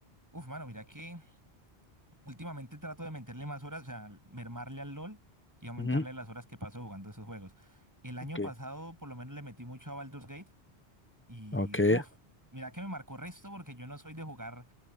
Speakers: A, on the right; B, on the left.
A: Uf, mano, mira que últimamente trato de meterle más horas, o sea, mermarle al LOL y aumentarle
B: Ujú,
A: las horas que paso jugando esos juegos. El año
B: Ok,
A: pasado, por lo menos, le metí mucho a Baldur's Gate y,
B: ok.
A: uf, mira que me marcó resto porque yo no soy de jugar.